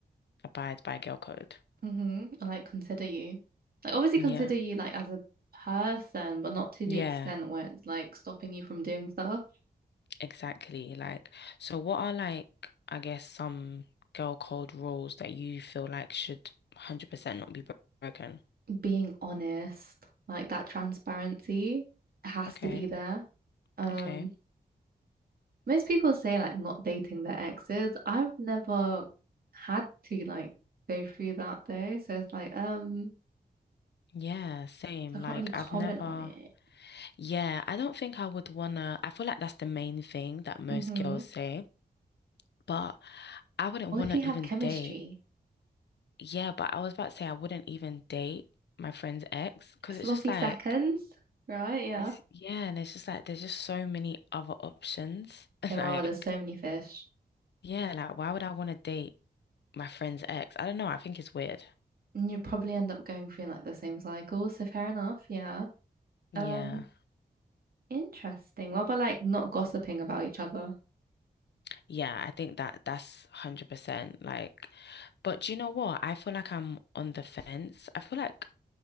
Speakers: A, on the left (about 80°); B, on the right (about 60°).
A: abide by girl code.
B: Mm-hmm. I like consider you. Like obviously
A: Yeah.
B: consider you like as a person, but not to
A: Yeah,
B: the extent where it's like stopping you from doing stuff.
A: exactly. Like, so what are like, I guess, some girl code rules that you feel like should 100% not be bro- broken?
B: Being honest, like that transparency has
A: Okay.
B: to be there. Um,
A: Okay.
B: Most people say like not dating their exes. I've never had to like go through that though. So it's like, um,
A: Yeah, same.
B: so I
A: Like
B: can't really comment
A: I've never,
B: on it.
A: yeah, I don't think I would wanna, I feel like that's the main thing that most
B: Mm-hmm.
A: girls say, but I wouldn't
B: Or
A: wanna
B: if you have
A: even
B: chemistry,
A: date. Yeah, but I was about to say I wouldn't even date my friend's ex because
B: sloppy
A: it's just like,
B: seconds, right? Yeah.
A: it's, yeah, and it's just like there's just so many other options. <laughs>
B: There
A: Like,
B: are, there's so many fish.
A: yeah, like why would I wanna date my friend's ex? I don't know. I think it's weird.
B: And you probably end up going through like the same cycle. So fair enough. Yeah.
A: Yeah.
B: Um, interesting. What about like not gossiping about each other?
A: Yeah, I think that that's 100% like but do you know what? I feel like I'm on the fence. I feel like